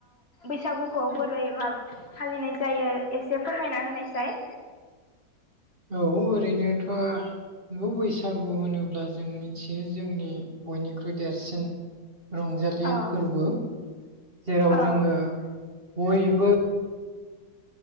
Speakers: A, on the left (about 40°); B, on the right (about 35°).
A: बैसागु खौ बोरै मा फालिनाय जायो एसे फोरमायना होनायसाय
B: औ ओरैनोथ' नगौ बैसागु होनोब्ला जों मिथियो जोंनि बयनिख्रुइ देरसिन रंजालि
A: औ
B: फोरबो जेराव
A: औ
B: जोङो बयबो।